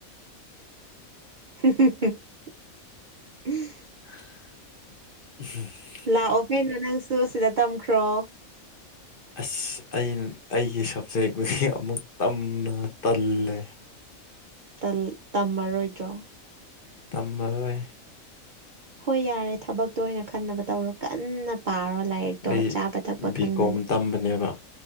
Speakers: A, on the right (about 75°); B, on the left (about 45°).
A: <unintelligible>
B: <unintelligible>
A: ꯂꯥꯛꯑꯣ ꯀꯩꯅꯣ ꯅꯪꯁꯨ ꯁꯤꯗ ꯇꯝꯈ꯭ꯔꯣ
B: ꯑꯁ ꯑꯩꯅ ꯑꯩꯒꯤ ꯁꯕꯖꯦꯛ ꯑꯃꯨꯛ ꯇꯝꯅ ꯇꯜꯂꯦ
A: ꯇꯜ ꯇꯝꯃꯔꯣꯏꯗ꯭ꯔꯣ
B: ꯇꯝꯃꯔꯣꯏ
A: ꯍꯣꯏ ꯌꯥꯔꯦ ꯊꯕꯛꯇꯣ ꯑꯣꯏꯅ ꯈꯟꯅꯕ ꯇꯧꯔꯣ ꯀꯥꯟꯅ ꯄꯥꯔꯣ ꯂꯥꯏꯔꯤꯛꯇꯣ
B: ꯑꯩ
A: ꯆꯥꯕ ꯊꯛꯄ
B: ꯕꯤ
A: ꯈꯪꯗꯅ
B: ꯀꯣꯝ ꯇꯝꯕꯅꯦꯕ